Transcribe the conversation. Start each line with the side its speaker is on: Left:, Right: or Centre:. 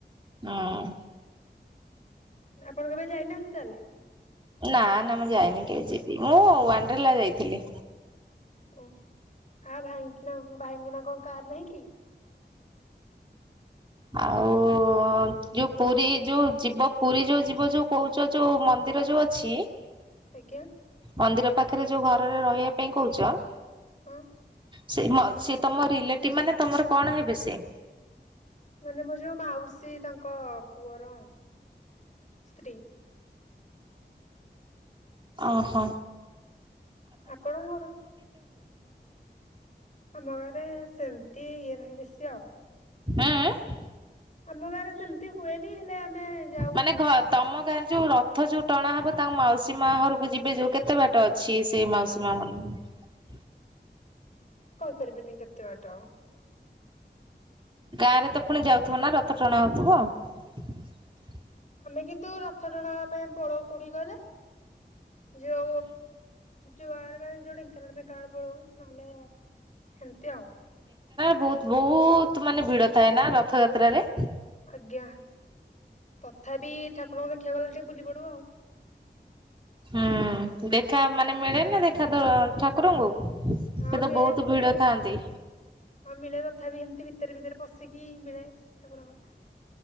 Right: ହଁ
Left: ଆପଣ କେବେ ଯାଇନାହାନ୍ତି ତାହେଲେ
Right: ନା ନା ମୁଁ ଯାଇନି କେହି ଯିବି ମୁଁ ୱାଣ୍ଡ୍ରେଲା ଯାଇଥିଲି
Left: ଓ ହଁ ଭାଇଙ୍କିନା ଭାଇଙ୍କିନା କଣ କାର ନାହିଁ କି
Right: ଆଉ ଯୋଉ ପୁରୀ ଯୋଉ ଯିବ ପୁରୀ ଯୋଉ ଯିବ ଯୋଉ କହୁଛ ଯୋଉ ମନ୍ଦିର ଯୋଉ ଅଛି
Left: ଆଜ୍ଞା
Right: ମନ୍ଦିର ପାଖରେ ଯୋଉ ଘରରେ ରହିବା ପାଇଁ କହୁଛ।
Left: ହଁ
Right: ସେ ସେ ତମ ରିଲେଟିଭ ମାନେ ତମର କଣ ହେବେ ସେ
Left: ମାନେ ମୋର ଯୋଉ ମାଉସୀ ତାଙ୍କ ପୁଅର ସ୍ତ୍ରୀ
Right: ଓ ହୋ
Left: ଆପଣଙ୍କର ଆମ ଗାଁରେ <unintelligible> <inaudible> ସେମିତି ଇଏ ନାହିଁ ବେଶୀ ଆଉ
Right: ହଁ <unintelligible>
Left: ଆମ ଗାଁରେ ସେମିତି ହୁଏନି ହେଲେ ଆମେ ଯାଉ
Right: ମାନେ ଘ ତମ ଗାଁରେ <unintelligible> ଯୋଉ ରଥ ଯୋଉ ଟଣା ହବ ତାଙ୍କ ମାଉସୀ ମା ଘରକୁ ଯିବେ ଯୋଉ କେତେ ବାଟ ଅଛି ସେଇ ମାଉସୀ ମା ମନ୍ଦିର
Left: ପାରିବିନି କେତେ ବାଟ
Right: ଗାଁରେ ତ ପୁଣି ଯାଉଥିବ ନା ରଥ ଟଣା ହଉଥିବ
Left: ଆମେ କିନ୍ତୁ ରଥ ଟଣା ହେବା ପାଇଁ ପଳଉ କୋଉଠିକି କହିଲେ ଯ ଯୁଉ ନଲେ <unintelligible> ସେମିତି ଆଉ
Right: ବହୁତ ବହୁତ ମାନେ ଭିଡ ଥାଏ ନା ରଥଯାତ୍ରାରେ
Left: ଆଜ୍ଞା ତଥାପି ଠାକୁରଙ୍କୁ ଦେଖିବାକୁ ଗଲେ ଟିକେ ବୁଲି ପଡିବ ଆଉ
Right: ହୁଁ ଦେଖା ମାନେ ମିଳେନା ଦେଖା ଠାକୁରଙ୍କୁ ସେ
Left: ହଁ
Right: ତ
Left: ମିଳେ
Right: ବହୁତ ଭିଡ ଥାଆନ୍ତି
Left: ହଁ ମିଳେ ତଥାପି ଏମତି ଭିତରେ ଭିତରେ ପଶିକି ମିଳେ ଠାକୁରଙ୍କର